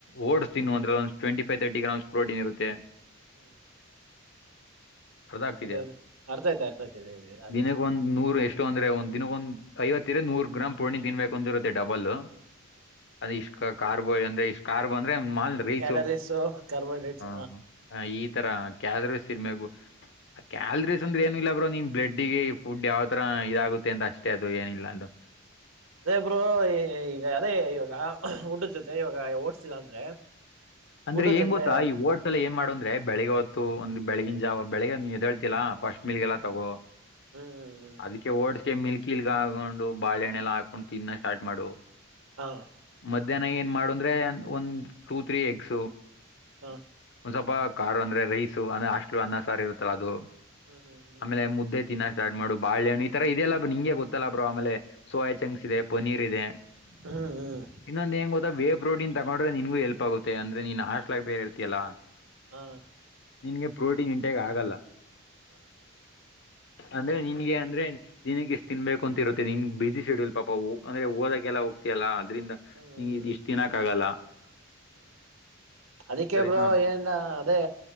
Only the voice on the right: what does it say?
ಹ್ಮ್.
ಅದೇ ಅರ್ಥ ಆಯ್ತು ಅರ್ಥ ಆಯ್ತು ಹೇಳಿ ಅದೇ
ಹ್ಮ್.
ಕ್ಯಾಲರೀಸು ಕಾರ್ಬೋಹೈಡ್ರೇಟ್ಸ್
ಅದೇ ಬ್ರೋ ಈ ಈಗ ಅದೇ ಇವಾಗ ಉಟಾಡ್ ಜೊತೆ ಇವಾಗ ಓಡ್ಸಿಲ್ಲ ಅಂದ್ರೆ.
ಊಟದ
ಜೊತೆ
ಹ್ಮ್ ಹ್ಮ್
ಹಾ
ಹಾ
ಹ್ಮ್ ಹ್ಮ್ ಹ್ಮ್
ಹ್ಮ್ ಹ್ಮ್
ಹಾ
ಅದುಗರೆ
ಹ್ಮ್
ಹ್ಮ್ ಅದಿಕ್ಕೆಬ್ರೋ
ಏನ್ ಅದೇ